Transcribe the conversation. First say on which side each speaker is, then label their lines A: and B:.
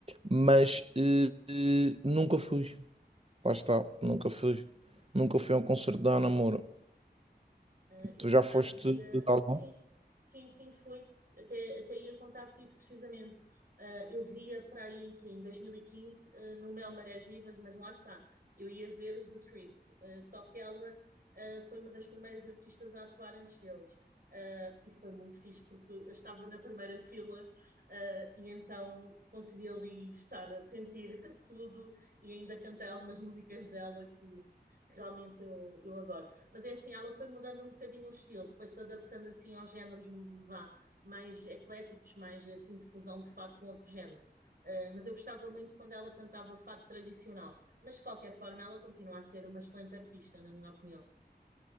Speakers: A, on the right (about 35°); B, on the right (about 60°).
A: mas eh, eh, nunca fui. Lá está, nunca fui. Nunca fui a um concerto da Ana Moura.
B: Ah, eu
A: Tu
B: por
A: já
B: acaso
A: foste
B: via,
A: de algum?
B: sim, sim, sim, fui, até, até ia contar-te isso precisamente. Ah, eu via para aí em, que, em 2015 ah, no Mel Marés Vivas, mas lá está, eu ia ver os The Script, Ah, só que ela ah, foi uma das primeiras artistas a atuar antes deles. Ah, e foi muito fixe, porque eu estava na primeira fila, ah, e então consegui ali estar a sentir <laughs> tudo e ainda cantei algumas músicas dela que que realmente eu, eu adoro. Mas é assim, ela foi mudando um bocadinho o estilo, foi-se adaptando assim aos géneros vá, mais ecléticos, mais assim de fusão de fado com outros géneros. Eh, mas eu gostava muito quando ela cantava fado tradicional. Mas de qualquer forma, ela continua a ser uma excelente artista, na minha opinião.